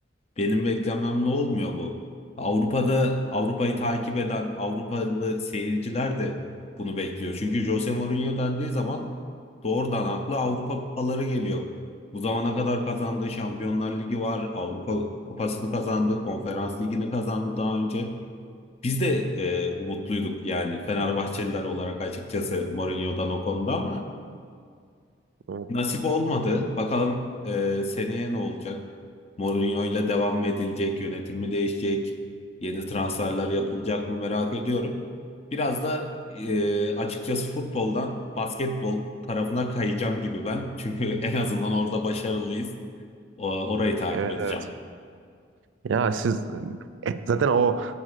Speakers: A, on the left (about 35°); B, on the right (about 85°).
A: Benim beklememle olmuyor bu. Avrupa'da Avrupa'yı takip eden Avrupalı seyirciler de bunu bekliyor. Çünkü Jose Mourinho dendiği zaman doğrudan akla Avrupa kupaları geliyor. Bu zamana kadar kazandığı Şampiyonlar Ligi var, Avrupa Kupası'nı kazandı, Konferans Ligi'ni kazandı daha önce. Biz de e, umutluyduk yani Fenerbahçeliler olarak açıkçası Mourinho'dan o konuda ama
B: Evet.
A: Nasip olmadı.
B: Ama bilmiyorum.
A: Bakalım e, seneye ne olacak? Mourinho ile devam mı edilecek? Yönetim mi değişecek? Yeni transferler yapılacak mı merak ediyorum. Biraz da e, açıkçası futboldan basketbol tarafına kayacağım gibi ben. Çünkü en azından orada başarılıyız. O, orayı takip
B: Evet.
A: edeceğim.
B: Ya siz e, zaten o